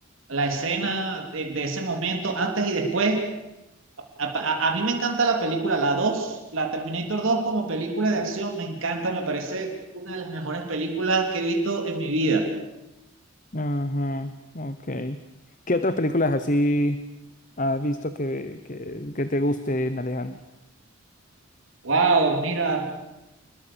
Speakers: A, on the right; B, on the left.
A: la escena de, de ese momento, antes y después. A, a- a mí me encanta la película, la dos la Terminator dos como película de acción, me encanta, me parece una de las mejores películas que he visto en mi vida.
B: Ajá, ok. ¿Qué otras películas así has visto que, que, que te gusten, Alejandro?
A: Wow, mira,